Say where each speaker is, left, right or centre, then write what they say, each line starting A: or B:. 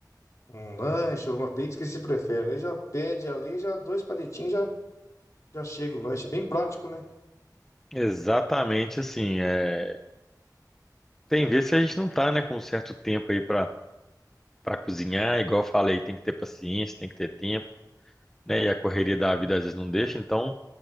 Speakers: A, on the left (about 45°); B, in the centre.
A: um lanche, uma pizza o que você prefere. Aí já pede ali, já dois palitinhos, já, já chega o lanche. Bem prático, né?
B: Exatamente assim. É... Tem vezes que a gente não tá, né, com um certo tempo aí pra, para cozinhar. Igual eu falei, tem que ter paciência, tem que ter tempo, né? E a correria da vida às vezes não deixa. Então,